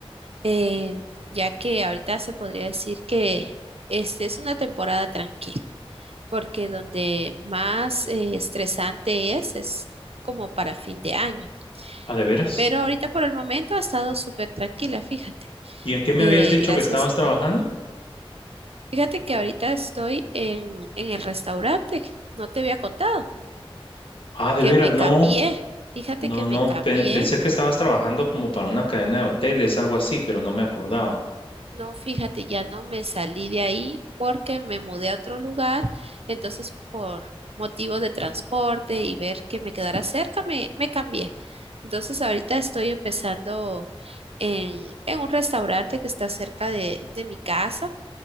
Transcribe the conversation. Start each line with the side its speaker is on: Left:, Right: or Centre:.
Right: eh, ya que ahorita se podría decir que este es una temporada tranquila, porque donde más eh, estresante es, es como para fin de año.
Left: Ah, ¿de veras?
Right: Pero ahorita por el momento ha estado súper tranquila, fíjate.
Left: ¿Y en qué me
Right: Eh,
Left: habías dicho
Right: gracias.
Left: que estabas trabajando?
Right: Fíjate que ahorita estoy en, en el restaurante, no te había contado.
Left: Ah, ¿de
Right: que
Left: veras?
Right: me
Left: No,
Right: cambié. Fíjate
Left: no,
Right: que me
Left: no,
Right: cambié,
Left: pe- pensé que estabas trabajando como para una cadena de hoteles, algo así, pero no me acordaba.
Right: no, fíjate, ya no me salí de ahí porque me mudé a otro lugar, entonces por motivo de transporte y ver que me quedara cerca, me, me cambié. Entonces ahorita estoy empezando en, en un restaurante que está cerca de, de mi casa,